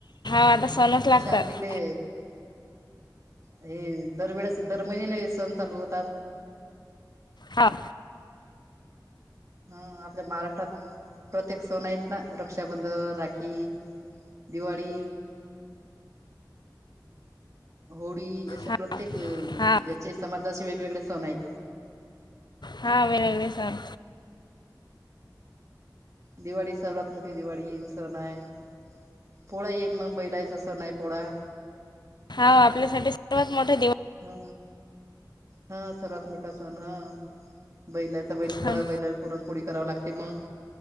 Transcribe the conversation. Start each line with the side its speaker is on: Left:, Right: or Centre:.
Left: आता सणच लागतात
Right: अशे आपली इकडे हे दरवेळेस दर महिने ला हे सण चालू होतात.
Left: हा.
Right: हा आपल्या महाराष्ट्रात प्रत्येक सण आहेत ना रक्षाबंध राखी दिवाळी होडी अशे
Left: हा
Right: प्रत्ये प्रत्येक
Left: हा
Right: याचे समाजाचे वेगवेगळे सण आहेत.
Left: हा वेगळे वेगळे सण
Right: दिवाळी सर्वात मोठी दिवाळी सण आहे. पोळा येईन मग बैलाच सण आहे पोळा.
Left: हा आपल्या साठी सर्वात मोठा दिवाळी
Right: हा हा सर्वात मोठा सण हा. बैलाचा बैल पोळा
Left: सण
Right: बैलाला पुरणपोळी कराव लागते मग.